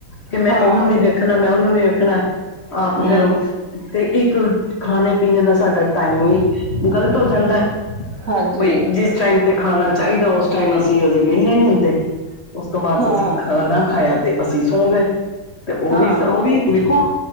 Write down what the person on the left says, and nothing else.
ਕਿ ਮੈਂ
ਉਹਨੂੰ ਵੀ ਦੇਖਣਾ ਮੈਂ ਉਹਨੂੰ ਵੀ ਵੇਖਣਾ ਆਪ
ਫੇਰ ਤੇ ਇੱਕ ਖਾਣੇ ਪੀਣੇ ਦਾ ਸਾਡਾ ਟਾਈਮ ਵੀ ਗ਼ਲਤ ਹੋ ਜਾਂਦਾ
ਬਈ ਜਿਸ ਟਾਈਮ, ਤੇ ਖਾਣਾ ਚਾਹੀਦਾ ਉਸ ਟਾਈਮ ਅਸੀਂ ਹਜੇ ਵੇਹਲੇ ਨੀ ਹੁੰਦੇ ਉਸ ਤੋਂ ਬਾਅਦ
ਅਸੀਂ ਖਾਨਾ ਖਾਯਾ। ਤੇ ਅਸੀਂ ਸੌਂ ਗਏ ਤੇ ਉਹ
ਵੀ ਉਹ ਵੀ ਵੇਖੋ